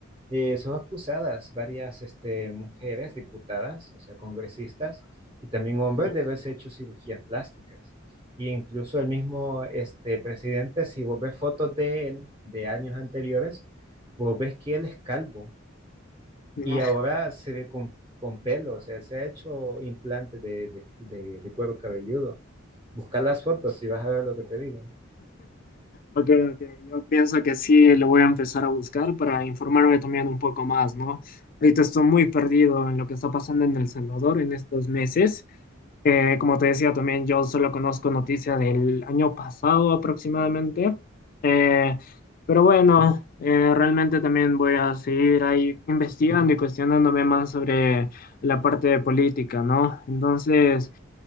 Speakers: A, on the right (about 25°); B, on the left (about 45°).
A: eh, son acusadas varias este, mujeres diputadas, o sea, congresistas, y también hombres
B: no,
A: de haberse hecho cirugías plásticas. E incluso el mismo este, presidente, si vos ves fotos de él de años anteriores, vos ves que él es calvo.
B: no.
A: Y ahora se ve con, con pelo, o sea, se ha hecho implante de, de, de- de cuero cabelludo. Busca las fotos y vas a ver lo que te digo.
B: Ok, ok, yo pienso que sí lo voy a empezar a buscar para informarme también un poco más, ¿no? Ahorita estoy muy perdido en lo que está pasando en El Salvador en estos meses. Eh, como te decía también, yo solo conozco noticias del año pasado aproximadamente. Eh, pero bueno, eh, realmente también voy a seguir ahí investigando y cuestionándome más sobre la parte de política, ¿no? Entonces...